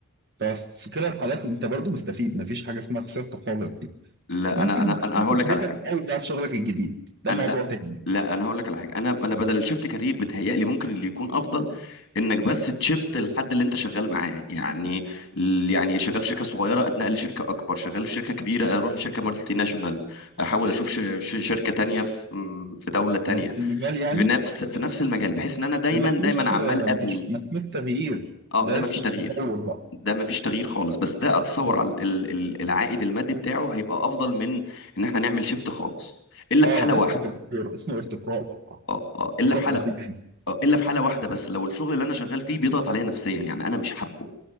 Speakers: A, on the right; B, on the left.
A: ففي كلا الحالات انت برضو مستفيد مفيش حاجه اسمها خسرت خالص دي
B: لا
A: ممكن
B: انا انا
A: تكون
B: انا هقول
A: في بدايتك
B: لك على حاجه
A: قوي بقى في شغلك الجديد ده
B: انا
A: موضوع
B: لا
A: تاني
B: لا انا هقول لك على حاجه انا انا بدل الشيفت كارير بتهيألي ممكن اللي يكون افضل انك بس تشيفت الحد اللي انت شغال معاه يعني ال- يعني شغال في شركه صغيره اتنقل لشركه اكبر شغال في شركه كبيره اروح لشركه مالتي ناشونال احاول اشوف ش- ش- شركه تانية في في دوله تانية
A: في نفس المجال يعني
B: في نفس في نفس المجال بحيث ان انا دايما
A: ده ما اسموش
B: دايما عمال ابني
A: ما اسموش تغيير
B: اه
A: ده
B: ده مفيش
A: اسمه
B: تغيير
A: تطور بقى
B: ده مفيش تغيير خالص بس ده اتصور
A: لا.
B: على ال- ال- العائد المادي بتاعه هيبقى افضل من ان احنا نعمل شيفت خالص الا
A: اه
B: في حاله
A: ده
B: واحده
A: اسمه تطور اسمه ارتقاء
B: اه اه
A: ارتقاء
B: الا في حاله
A: وظيفي
B: آه، الا في حاله واحده بس لو الشغل اللي انا شغال فيه بيضغط عليا نفسيا يعني انا مش حابه